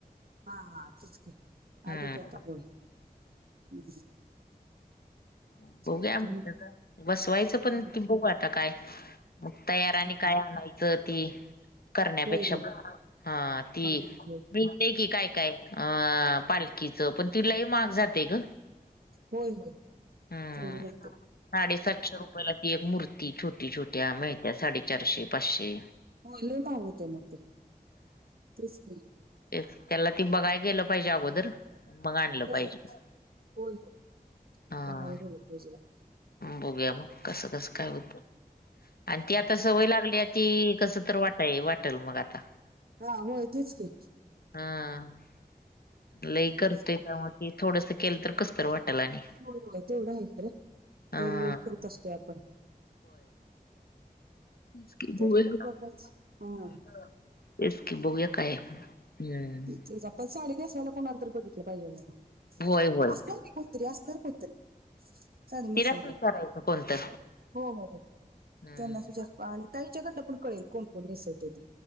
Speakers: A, on the right (about 75°); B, on the left (about 75°).
A: हा हा तेच की
B: हम्म
A: आली की आता होळी हम्म.
B: मग
A: चालते
B: बघुया
A: मग
B: बसवायचं पण
A: हम्म,
B: त बघू आता काय मग तयार आणि
A: हा हा
B: काय आणायचं ती, करण्यापेक्षा
A: होय होय
B: बर हा ती
A: हा होय
B: बी क ते की काय काय अ पालखीचं पण ति लई महाग जातय ग.
A: होय होय
B: हम्म
A: तेवड जा
B: साडेसातशे रुपयाला ती एक मूर्ती छोटी छोट्या मिळत्या साडेचारशे पाचशे.
A: होय लय महाग होतय मग ते तेच की.
B: ते त्याला ती बघायला गेलं पाहिजे अगोदर. मग आणलं
A: हो
B: पाहिजे
A: होय होय
B: हा
A: बघायला गेले पाहिजेला.
B: बघूया मग कसं कसं काय होत आणि ती आता सवय लागली यात ती कस तर वाट वाटेल मग आता.
A: हा होय तेच की,
B: हा. लई करतोय
A: तेच की
B: त्यामुळे ते थोडस केलं तर कसतर वाटल आणि
A: हो हो तेवढं आहे खरे
B: हा
A: दरवेळ करत असतय आपण
B: तेच की
A: तरी
B: बघुया
A: पण
B: सोडा
A: बघायचं हा
B: तेच की बघूया काय. हम्म
A: तेच आपल साडी नेसवायला कोणाला तर बघितलं पाहिजे मग
B: होय होय
A: असणार की कोण तरी असणार कोन तरी. साडी नेसवणार
B: तिलाच विचारायचं कोणतर
A: हो हो हो
B: हम्म
A: त्यांना विचार आणि ताईच्याकंडन पण कळेल कोण कोण नसवते ते.